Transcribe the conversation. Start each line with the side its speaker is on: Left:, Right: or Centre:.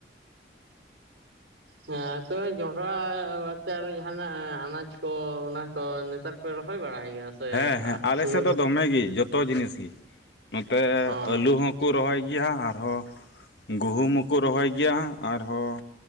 Right: ᱦᱮᱸ ᱛᱚᱵᱮ ᱡᱚᱱᱰᱨᱟ ᱵᱟᱫ ᱛᱮ ᱟᱨᱚ ᱡᱟᱦᱱᱟᱜ ᱟᱱᱟᱡ ᱠᱚ ᱚᱱᱟ ᱠᱚ ᱱᱮᱛᱟᱨ ᱯᱮ ᱨᱚᱦᱚᱭ ᱵᱟᱲᱟᱭ ᱜᱮᱭᱟ ᱥᱮ
Left: ᱦᱮᱸ ᱦᱮᱸ ᱟᱞᱮ
Right: ᱥᱩᱫᱩ
Left: ᱥᱮᱫ ᱫᱚ ᱫᱚᱢᱮ ᱜᱮ ᱡᱚᱛᱚ ᱡᱤᱱᱤᱥ ᱜᱮ ᱱᱚᱛᱮ
Right: ᱚ
Left: ᱟᱹᱞᱩ ᱦᱚᱸ ᱠᱚ ᱨᱚᱦᱚᱭ ᱜᱮᱭᱟ ᱟᱨᱦᱚᱸ ᱜᱩᱦᱩᱢ ᱦᱚᱸᱠᱚ ᱨᱚᱦᱚᱭ ᱜᱮᱭᱟ ᱟᱨᱦᱚᱸ᱾